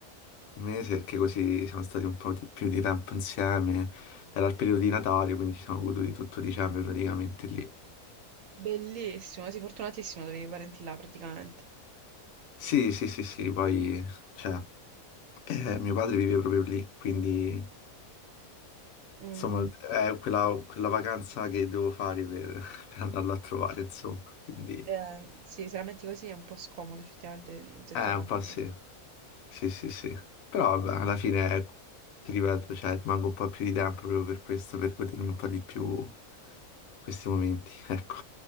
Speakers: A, on the left; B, on the right.
A: un mese perché così siamo stati un po' di- più di tempo insieme, era il periodo di Natale, quindi ci siamo goduti tutto dicembre praticamente lì.
B: Bellissimo, sei fortunatissimo ad avere i parenti là praticamente.
A: Sì, sì, sì, sì, poi, cioè, eh, mio padre vive proprio lì, quindi,
B: Mm.
A: insomma, è quella, quella vacanza che devo fare per, <laughs> per andarlo a trovare, insomma, quindi,
B: Eh, sì, se la metti così è un po' scomodo effettivamente mm, se
A: eh,
B: tuo padre.
A: un po' sì. Sì, sì, sì. Però vabbè, alla fine, eh, ti ripeto, cioè, rimango un po' più di tempo proprio per questo, per godermi un po' di più questi momenti, ecco.